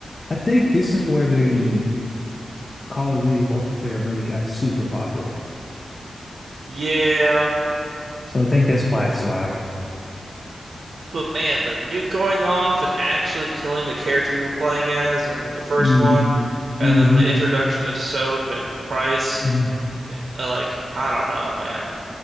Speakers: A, on the left (about 35°); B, on the right (about 70°).
A: I think this is where the Call of Duty multiplayer really got super popular.
B: Yeah,
A: So I think that's why it's July.
B: but man, the nuke going off and actually killing the character you were playing as in the first
A: hmm
B: one, and
A: hmm
B: then the introduction of soap and price,
A: hmm
B: uh, like I don't know, man.